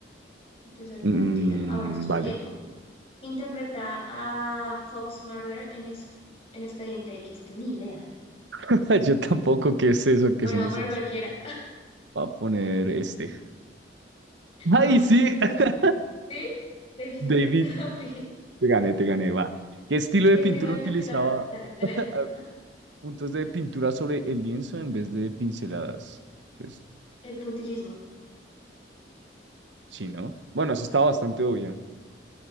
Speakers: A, on the left; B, on the right.
A: Empezar
B: Mm,
A: partida. Ah, bueno, eso es por
B: vale.
A: tiempo. Interpreta a Fox Murder en, ex- en Expediente X. No tengo ni idea.
B: <laughs> Yo tampoco, ¿qué es eso? ¿Qué
A: Bueno,
B: son
A: voy
B: los...
A: a poner
B: est-
A: cualquiera.
B: Voy a poner este. ¡Ay,
A: ¿Cuál pusiste
B: sí!
A: tú?
B: <laughs>
A: ¿Sí? <laughs>
B: David,
A: ¿Tú? <laughs> Ok.
B: te gané, te gané, va. ¿Qué estilo de
A: ¿Qué
B: pintura
A: estilo de
B: utilizaba?
A: pintura? Dale, dale.
B: Ah,
A: Ajá.
B: Puntos de pintura sobre el lienzo en vez de pinceladas. Pues
A: El puntillismo.
B: sí, ¿no? Bueno, eso estaba bastante obvia.
A: Sí.